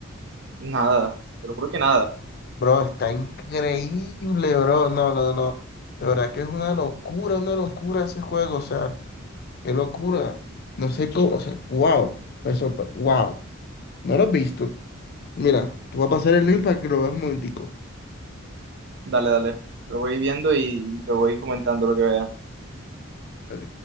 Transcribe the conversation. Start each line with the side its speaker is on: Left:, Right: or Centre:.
Right: Nada, te lo juro que nada.
Left: Bro, está increíble, bro. No, no, no. De verdad que es una locura, una locura ese juego. O sea, qué locura. No sé cómo, o sea, wow. Me sorpre- Wow. No lo has visto. Mira, tú vas a pasar el link para que lo veas un momentico.
Right: Dale, dale. Lo voy viendo y te voy comentando lo que vea.
Left: Ok,